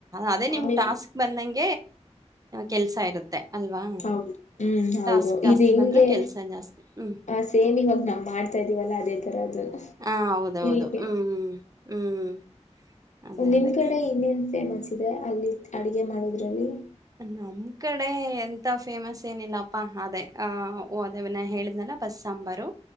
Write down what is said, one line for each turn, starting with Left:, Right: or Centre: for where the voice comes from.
Right: ಅದೇ ನಿಮ್
Left: ಆಮೇಲೆ
Right: ಟಾಸ್ಕ್ ಬಂದಂಗೆ
Left: ಹ್ಮ್
Right: ಕೆಲ್ಸ ಇರುತ್ತೆ ಅಲ್ವಾ
Left: ಹೌ ಹ್ಮ್ ಹೌದು
Right: ಟಾಸ್ಕ್ ಜಾಸ್ತಿ
Left: ಇದು ಹಿಂಗೆ
Right: ಬಂದ್ರೆ ಕೆಲ್ಸ ಜಾಸ್ತಿ ಹ್ಮ್
Left: ಹ ಸೇಮ್ ಇವಾಗ ನಾವ್ ಮಾಡ್ತಾ ಇದ್ದಿವಲ್ಲಾ ಅದೇ ತರ ಅದು
Right: ಹಾ ಹೌದೌದು
Left: ಇಲ್ಲಿಗೆ
Right: ಹ್ಮ್ ಹ್ಮ್ ಹ್ಮ್ ಅದೇ
Left: ನಿಮ್
Right: ಅದೇ
Left: ಕಡೆ ಇನ್ನೇನ್ ಫೇಮಸ್ ಇದೆ ಅಲ್ಲಿ ಅಡುಗೆ ಮಾಡೋದ್ರಲ್ಲಿ
Right: ನಮ್ ಕಡೆ ಎಂತಾ ಫೇಮಸ್ ಏನಿಲ್ಲಪ್ಪಾ ಅದೇ ಅ ಅದೇ ನಾ ಹೇಳಿದ್ನಲ್ಲ ಬಸ್ಸಾಂಬರು